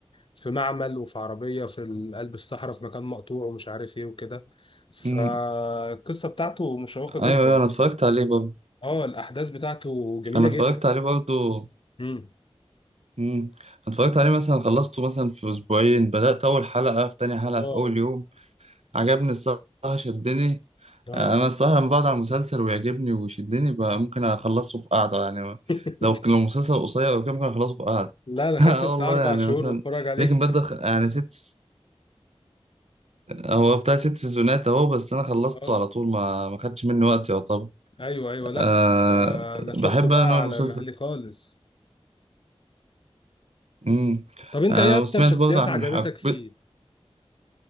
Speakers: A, on the left; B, on the right.
A: في معمل وفي عربية في ال- قلب الصحراء في مكان مقطوع ومش عارف ايه وكده فالقصة
B: امم
A: بتاعته مشوقة جدا
B: أيوه أيوه أنا اتفرجت عليه برضه
A: اه الأحداث بتاعته جميلة
B: أنا
A: جدا
B: اتفرجت عليه برضه
A: مم.
B: امم أنا اتفرجت عليه مثلا خلصته مثلا في أسبوعين بدأت أول حلقة في تاني حلقة
A: واو
B: في أول يوم عجبني الصراحة شدني
A: اه
B: انا الصراحه لما بقعد على المسلسل ويعجبني ويشدني بقى ممكن اخلصه في قعده يعني
A: <laughs>
B: لو لو مسلسل قصير او كده ممكن اخلصه في قعده
A: لا انا
B: <laughs>
A: خدت
B: اه
A: بتاع
B: والله
A: اربع
B: يعني
A: شهور
B: مثلا
A: بتفرج عليه
B: لكن بدا يعني ست هو بتاع ست سيزونات اهو بس انا خلصته
A: اه
B: على طول ما ما خدش مني وقت يعتبر
A: ايوه ايوه
B: أه
A: لا آه، انا شفته
B: بحب
A: بقى
B: انا نوع
A: على
B: المسلسل
A: مهلي خالص
B: امم
A: طب انت
B: أه
A: ايه اكتر
B: وسمعت
A: شخصيات
B: برضه عن
A: عجبتك
B: حب
A: فيه